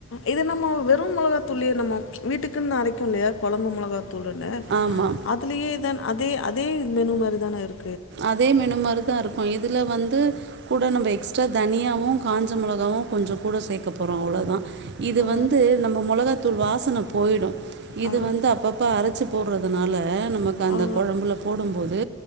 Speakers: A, on the left; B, on the right.
A: இது நம்ம வெறும் மொளகா தூள்யே நம்ம வீட்டுக்குன் அரைக்கும் இல்லையா கொழம்பு மொளகா தூளுன்னு
B: ஆமா
A: அதுலயே இதான் அதே அதே மெனு மாரி தான இருக்
B: அதே மெனு மாரி தா இருக்கும் இதுல வந்து கூட நம்ப எக்ஸ்ட்ரா தனியாவும் காஞ்ச மிளகாவும் கொஞ்சம் கூட சேக்க போறோம் அவ்ளோதா இது
A: ஓ
B: வந்து நம்ப மொளகத்தூள் வாசன போயிடும் இது
A: ஆ
B: வந்து அப்பப்ப அரைச்சி போடறதுனால நமக்கு அந்த
A: ஆ
B: கொழம்புல போடும்போது